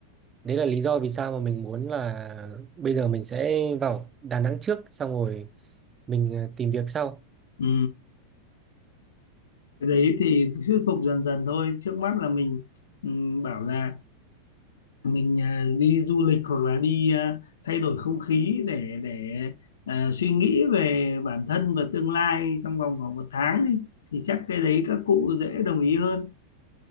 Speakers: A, on the right (about 20°); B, on the left (about 65°).
A: đấy là lý do vì sao mà mình muốn là bây giờ mình sẽ vào Đà Nẵng trước xong rồi mình à, tìm việc sau.
B: ừ. Cái đấy thì thuyết phục dần dần thôi. Trước mắt là mình ừ, bảo là mình à, đi du lịch hoặc là đi à, thay đổi không khí để để à, suy nghĩ về bản thân và tương lai trong vòng khoảng một tháng đi thì chắc cái đấy các cụ dễ đồng ý hơn.